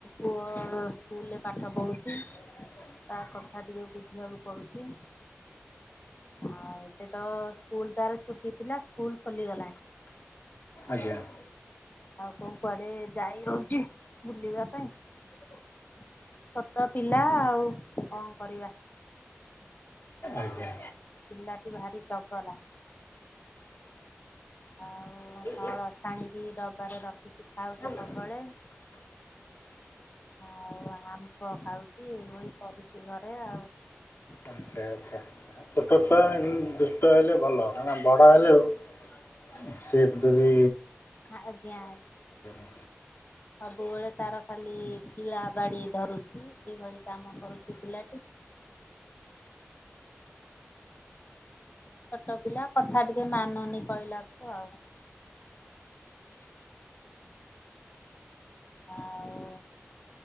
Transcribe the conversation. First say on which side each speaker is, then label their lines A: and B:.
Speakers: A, on the left (about 40°); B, on the left (about 60°).
A: ପୁଅ ସ୍କୁଲରେ ପାଠ ପଢୁଚି।
B: ହଁ
A: ତା କଥା ଟିକେ ବୁଝିବାକୁ ପଡୁଚି। ଆଉ ଏବେ ତ ସ୍କୁଲ୍ ତାର ଛୁଟି ଥିଲା ସ୍କୁଲ୍ ଖୋଲିଗଲାଣି।
B: ଆଜ୍ଞା।
A: ଆଉ କଣ କୁଆଡେ ଯାଇ ହଉଚି ବୁଲିବା ପାଇଁ। ଛୋଟ ପିଲା ଆଉ କଣ କରିବା।
B: ଆଜ୍ଞା।
A: ପିଲାଟି ଭାରି ଚଗଲା। ଆଉ
B: ହୁଁ
A: ନଳ ଛାଣିକି ଡବାରେ ରଖିଚି ଖାଉଚି
B: ହୁଁ।
A: ସବୁବେଳେ। ଆଉ ଆମ୍ୱ ଖାଉଚି, ଏଇଭଳି କରୁଚି ଘରେ ଆଉ। ହ
B: ଆଚ୍ଛା ଆଚ୍ଛା। ଛୋଟ ଛୁଆ ଦୁଷ୍ଟ ହେଲେ ଭଲ। କାହିଁକି ବଡ ହେଲା ବେଳ କୁ ସେ ଯଦି
A: ଆଜ୍ଞା।
B: ହ
A: ସବୁବେଳେ ତାର ଖାଲି କିଳା ବାଡି ଧରୁଚି, ଏଇଭଳି କାମ କରୁଚି ପିଲାଟି। ଛୋଟ ପିଲା କଥା ଟିକେ ମାନୁନି କହିଲାକୁ ଆଉ। ଆଉ